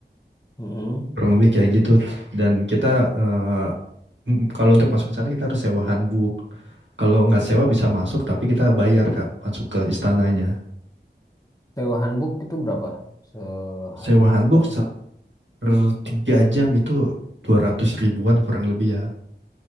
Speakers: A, on the left; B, on the right.
A: Mm-mm.
B: Kurang lebih kayak gitu. Dan kita eh, Mm, Kalau untuk masuk ke sana kita harus sewa hanbok. Kalau nggak sewa bisa masuk, tapi kita bayar Kak, masuk ke istananya.
A: Sewa handbook itu berapa sehari?
B: Sewa hanbok
A: Apa?
B: sa- per 3 jam itu 200 ribuan kurang lebih ya.